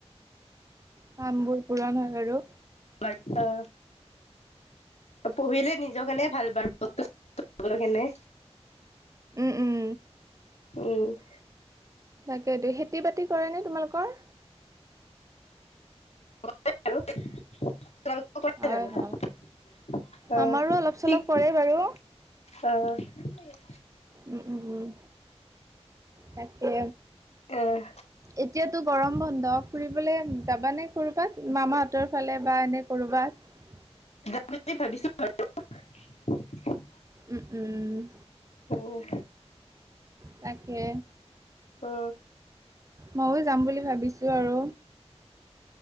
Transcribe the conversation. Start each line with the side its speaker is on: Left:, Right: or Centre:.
Right: কাম বোৰ পূৰণ হয় বাৰু
Left: বাৰতা পুহিলে নিজৰ কাৰনে ভাল বাৰু কেনে
Right: উম উম
Left: উম
Right: তাকেইতো খেতি বাতি কৰে নে তোমালোকৰ
Left: আৰু <unintelligible>
Right: হয় হয় আমাৰো অলপ চলপ
Left: অ
Right: কৰে বাৰু উম উম উম তাকে
Left: অ',
Right: এতিয়াতো গৰম বন্ধ ফুৰিবলে যাবানে কৰবাত মামাহঁতৰ ফালে বা এনে কৰবাত
Left: যাম বুলি ভাবিছো বাৰু
Right: উম উম
Left: উম,
Right: তাকে
Left: অ
Right: মইয়ো যাম বুলি ভাবিছো আৰু